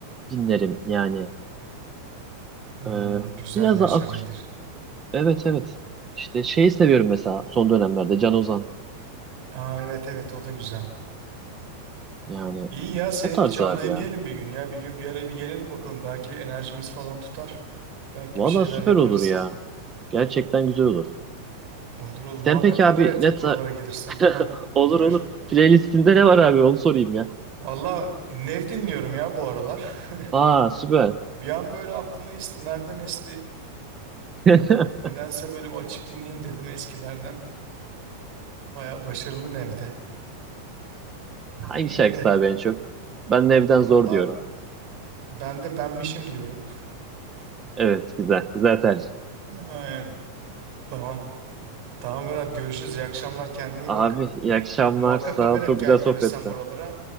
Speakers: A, on the right; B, on the right.
A: dinlerim yani.
B: Hı,
A: E,
B: güzel
A: biraz
B: Yaşar
A: da akus
B: iyidir.
A: evet evet. İşte şeyi seviyorum mesela son dönemlerde Can Ozan.
B: Aa, evet evet o da güzel.
A: Yani
B: İyi ya seni
A: o tarz
B: bir canlı
A: abi
B: dinleyelim
A: ya.
B: bir gün ya. Bir gün bir araya bir gelelim bakalım. Belki enerjimiz falan tutar. Belki
A: Valla
B: bir şeyler
A: süper
B: yaparız.
A: olur ya. Gerçekten güzel olur.
B: Olur olur muhakkak
A: Sen peki
B: haber
A: abi
B: et
A: net
B: buralara gelirsen.
A: <laughs>
B: Heh,
A: olur
B: buyur.
A: olur. Playlistinde ne var abi onu sorayım ya.
B: Valla Nev dinliyorum ya bu aralar.
A: Aa süper.
B: <laughs> Bir an böyle aklıma esti. Nereden esti?
A: <laughs>
B: Nedense böyle bir açıp dinleyeyim dedim eskilerden. Baya başarılı nevde <laughs>
A: Hangi
B: Öyle.
A: şarkısı abi en çok? Ben de evden
B: Valla
A: zor diyorum.
B: ben de benmişim diyorum.
A: Evet güzel. Güzel tercih.
B: Aynen. Tamam. Tamam Berat görüşürüz. İyi akşamlar. Kendine iyi
A: Abi
B: bak.
A: iyi akşamlar.
B: Muhakkak
A: Sağ
B: haber
A: ol.
B: et
A: Çok
B: gel
A: güzel sohbetti.
B: gelirsen buralara.